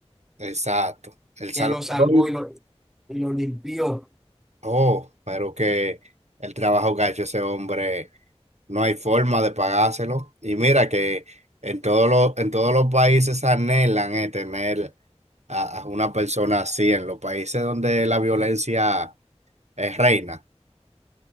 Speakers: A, on the right (about 80°); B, in the centre.
A: exacto. El
B: que
A: Salvador,
B: lo salvó y lo, y lo limpió.
A: oh, pero que el trabajo que ha hecho ese hombre. No hay forma de pagárselo. Y mira que en todos los, en todos los países anhelan eh, tener a, a una persona así. En los países donde la violencia es reina,